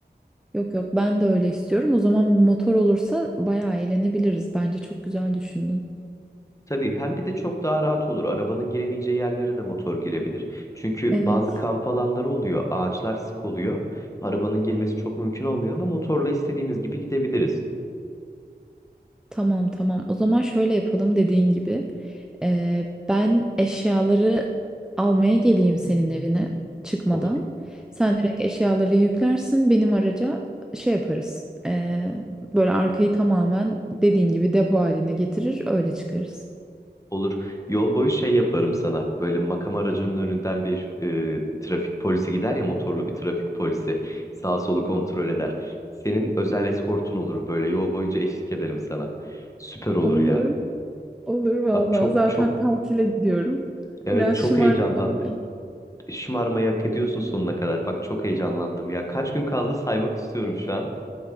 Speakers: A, in the centre; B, on the left.
A: Yok yok ben de öyle istiyorum. O zaman bir motor olursa bayağı eğlenebiliriz. Bence çok güzel düşündün.
B: Tabii hem bir de çok daha rahat olur. Arabanın giremeyeceği yerlere de motor girebilir. Çünkü
A: Evet.
B: bazı kamp alanları oluyor. Ağaçlar sık oluyor. Arabanın girmesi çok mümkün olmuyor ama motorla istediğimiz gibi gidebiliriz.
A: Tamam tamam. O zaman şöyle yapalım dediğin gibi. Ee, ben eşyaları almaya geleyim senin evine çıkmadan.
B: Olur,
A: Sen direkt eşyaları yüklersin benim araca şey yaparız. Ee, böyle arkayı tamamen dediğin gibi depo haline getirir öyle çıkarız.
B: olur. Yol boyu şey yaparım sana. Böyle makam aracının önünden bir e, trafik polisi gider ya motorlu bir trafik polisi. Sağ solu kontrol eder. Senin özel eskortun olur böyle. Yol boyunca eşlik ederim sana. Süper olur
A: Olur.
B: ya.
A: Olur vallahi.
B: Bak çok
A: Zaten
B: çok
A: tatile gidiyorum.
B: evet
A: Biraz
B: çok
A: şımartılabilir.
B: heyecanlandım. Şımarmayı hak ediyorsun sonuna kadar. Bak çok heyecanlandım ya. Kaç gün kaldı saymak istiyorum şu an.